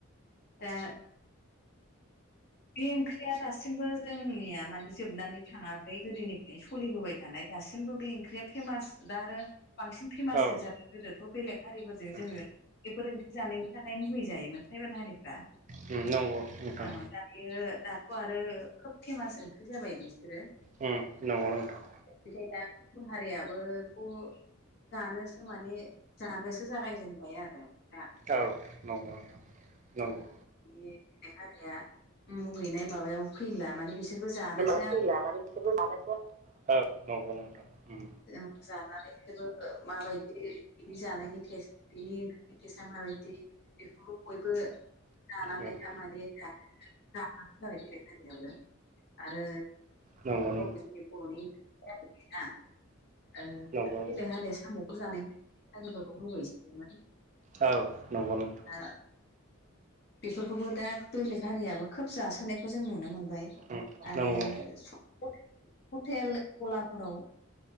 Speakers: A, on the left; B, on the right.
A: दा बे ओंख्रिया दासिमबो जोंनिया माने जोबनानै थाङाखै गोदोनिफ्रायनो सलिबोबाय थानाय दासिमबो बे ओंख्रिया फेमास दा आरो बांसिन फेमाससो
B: औ
A: जाबाय गोदोथ' बेलेग हारिफोरजों
B: उम
A: जोङो बेफोर ओंख्रि जानायनि थाखाय मुगै जायोमोन ट्राइबेल हारिफ्रा
B: उम नंगौ नोंथां
A: औ दा बेयो दाथ' आरो खोब फेमास ओंख्रि जाबाय बिसोरो
B: उम नंगौ नोंथां।
A: ओ बेखाय दा गुबुन हारियाबो खु जानोसो माने जानोसो जागायजेनबाय आरो दा
B: औ नंगौ नोंथां नंगौ।
A: माने बेलेग हारिया मुगैनाय माबायाव फैला माने बिसोरबो जानोस
B: फैला माने बिसोरबो जानायखौ आराम खालामनो <unintelligible> औ नंगौ नोंथां उम
A: ओ जानानैसोबो ओ माबायदि बिनि जानायनि टेस्ट बिनि ए टेसा माबायदि बेखौ बयबो लानानै
B: उम उम
A: दा माने दा <unintelligible> बेलेग हारियाबो आरो
B: नंगौ नों
A: जोंनि बर'नि <unintelligible> ओ
B: नंगौ
A: गोदोथ'
B: नोंथां
A: बेलेग हारिया साम' अर जानायनि ट्राइबेलफोरखौ मुगैयोसोमोन।
B: औ नंगौ नोंथां
A: ओ बेफोरखौबो दा बेलेग हारियाबो खोब जासोनायखौ जों नुनो मोनबाय
B: उम
A: आरो
B: नंगौ
A: <unintelligible> हटेल गलाफोराव